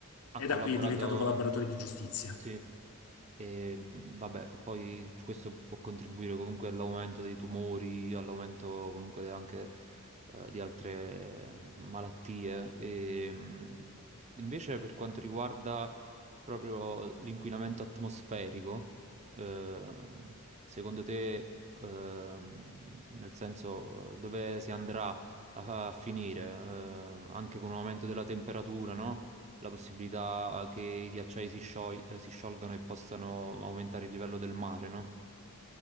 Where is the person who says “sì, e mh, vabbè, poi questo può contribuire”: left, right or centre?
Right